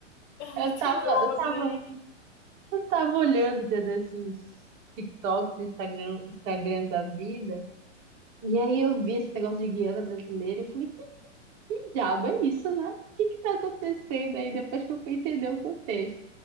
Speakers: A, on the left (about 60°); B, on the right (about 25°).
A: é muito
B: Eu tava,
A: bom,
B: eu
A: mas
B: tava,
A: aí.
B: eu tava olhando um dia desses TikToks, Instagram, Instagrams da vida. E aí eu vi esse negócio de Guiana brasileira e falei, diabo é isso, né? O que que tá acontecendo aí depois que eu fui entender o contexto?